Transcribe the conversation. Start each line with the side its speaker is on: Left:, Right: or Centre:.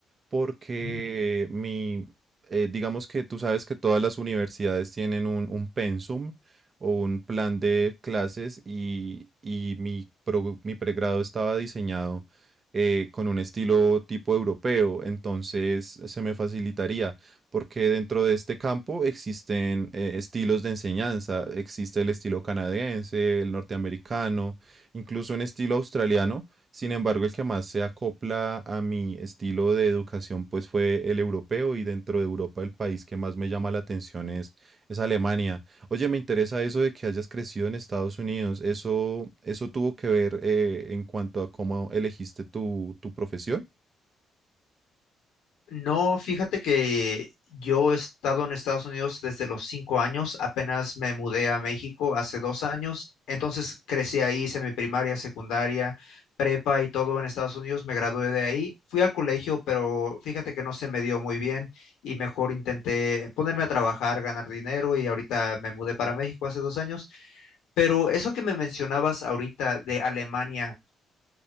Right: porque
Left: Mm.
Right: mi, eh, digamos que tú sabes que todas las universidades tienen un, un pensum o un plan de clases y, y mi, pro- mi pregrado estaba diseñado eh, con un estilo tipo europeo, entonces se me facilitaría, porque dentro de este campo existen eh, estilos de enseñanza, existe el estilo canadiense, el norteamericano, incluso un estilo australiano. Sin embargo, el que más se acopla a mi estilo de educación, pues fue el europeo y dentro de Europa el país que más me llama la atención es, es Alemania. Oye, me interesa eso de que hayas crecido en Estados Unidos. ¿Eso, eso tuvo que ver eh, en cuanto a cómo elegiste tu, tu profesión?
Left: No, fíjate que yo he estado en Estados Unidos desde los cinco años, apenas me mudé a México hace dos años, entonces crecí ahí, hice mi primaria, secundaria, prepa y todo en Estados Unidos, me gradué de ahí, fui al colegio, pero fíjate que no se me dio muy bien y mejor intenté ponerme a trabajar, ganar dinero y ahorita me mudé para México hace dos años. Pero eso que me mencionabas ahorita de Alemania,